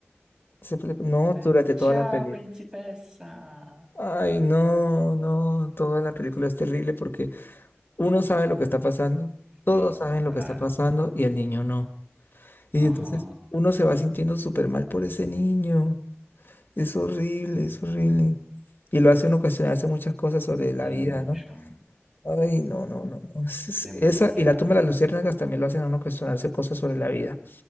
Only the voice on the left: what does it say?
Se fle- No,
durante
toda la película.
Ay, no, no, toda la película es terrible porque uno sabe lo que está pasando, todos
saben
lo que está pasando y el niño no. Y entonces
uno se va sintiendo súper mal por ese niño. Es horrible, es horrible. Y lo hace uno cuestionarse muchas cosas sobre la vida,
¿no? Ay, no, no, no, no. Es- es-
Esa, y la tumba de las luciérnagas también lo hacen a uno cuestionarse cosas sobre la vida.